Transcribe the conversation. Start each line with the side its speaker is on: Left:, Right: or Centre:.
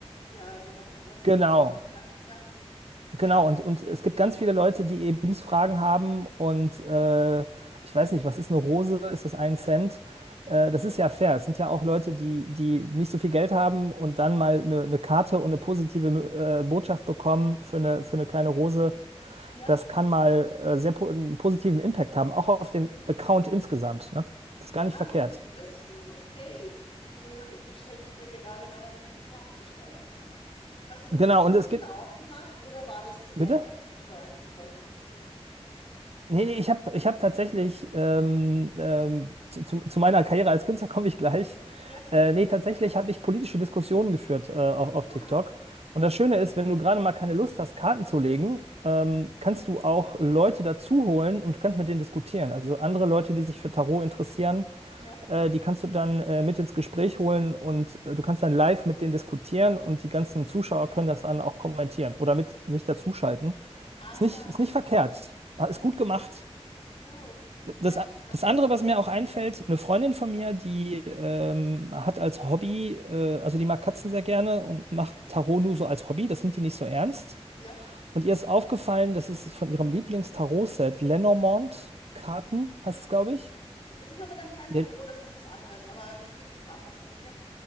Left: ja, oder noch was
Right: genau,
Left: wie. Ja, ja,
Right: genau,
Left: ja,
Right: und, und es gibt ganz viele Leute, die eben Lebensfragen haben und äh, ich weiß nicht, was ist eine Rose, ist das ein Cent? Äh, Das ist
Left: ja,
Right: ja fair. Es sind ja auch Leute, die, die nicht so viel Geld haben und
Left: stimmt.
Right: dann mal eine, eine Karte und eine positive äh, Botschaft bekommen für eine, für eine kleine Rose.
Left: Ja,
Right: das kann mal äh, sehr po einen positiven Impact haben, auch auf den Account insgesamt. Ne? Das ist gar nicht
Left: ah,
Right: verkehrt.
Left: gut zu wissen. Okay. Du stellst mir gerade meinen Account zu steigern, ja. Hast du das
Right: Genau,
Left: als
Right: und
Left: Künstler
Right: es gibt,
Left: auch gemacht oder war das zu der
Right: bitte?
Left: Zeit, wie du da aktiv warst, noch nicht so?
Right: Nee, nee, ich habe ich hab tatsächlich, ähm, ähm, zu, zu meiner Karriere als Künstler komme ich gleich.
Left: Ja,
Right: Äh, nee, tatsächlich habe ich politische Diskussionen geführt äh, auf, auf
Left: ah,
Right: TikTok. Und das Schöne ist, wenn du gerade mal keine Lust hast, Karten zu legen, ähm, kannst
Left: ja,
Right: du auch Leute dazu holen und kannst mit denen diskutieren. Also andere Leute, die sich für Tarot interessieren,
Left: ja.
Right: Äh, die kannst du dann äh, mit ins Gespräch holen und äh, du kannst dann live mit denen diskutieren und die ganzen Zuschauer können das dann auch kommentieren oder mit sich dazuschalten.
Left: Ah,
Right: Ist
Left: ja,
Right: nicht, ist nicht verkehrt, Ah, ist gut gemacht.
Left: gut.
Right: Das,
Left: Ja, klingt auch
Right: das
Left: nett.
Right: andere, was mir auch einfällt, eine Freundin von mir, die ähm, hat als Hobby, äh, also die mag Katzen sehr gerne und macht Tarot nur so als Hobby, das nimmt die nicht so ernst.
Left: Ja,
Right: Und ihr ist aufgefallen, das ist von ihrem Lieblings-Tarot-Set, Lenormand-Karten heißt es, glaube ich.
Left: das ist aber dann kein
Right: Le
Left: Tarot, das ist was anderes, aber Lieblingskartenset, ja,